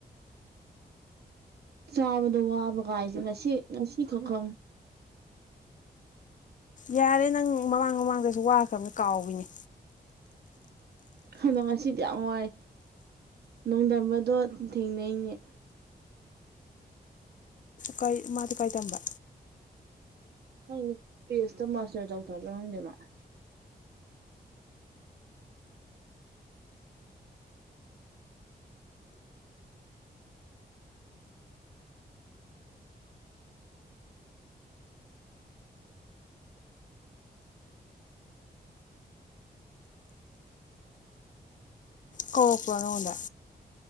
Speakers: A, on the right; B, on the left.
A: ꯆꯥꯕꯗ ꯋꯥꯕ ꯀꯥꯏꯁꯦ ꯉꯁꯤ ꯉꯁꯤ ꯈꯇꯅꯤ꯫
B: ꯌꯥꯔꯦ ꯅꯪ ꯃꯃꯥꯡ ꯃꯃꯥꯡꯗꯁꯨ ꯋꯥꯈ꯭ꯔꯕꯅꯤ ꯀꯥꯎꯏꯅꯦ꯫
A: ꯎꯝ ꯑꯗꯣ ꯉꯁꯤꯗꯤ ꯌꯥꯝ ꯋꯥꯏ꯫ ꯅꯣꯡꯗꯝꯝꯕꯗꯣ ꯊꯦꯡꯅꯩꯅꯤ ꯫
B: ꯀꯥꯏ ꯃꯥꯗꯤ ꯀꯥꯏ ꯇꯝꯕ
A: ꯈꯪꯗꯦ ꯄꯤ ꯑꯩꯆꯇ ꯃꯥꯁꯇꯔ ꯇꯧꯊꯕ꯭ꯔꯥ ꯈꯪꯗꯦꯕ <inaudible>
B: ꯀꯧꯔꯛꯄ꯭ꯔꯣ ꯅꯉꯣꯟꯗ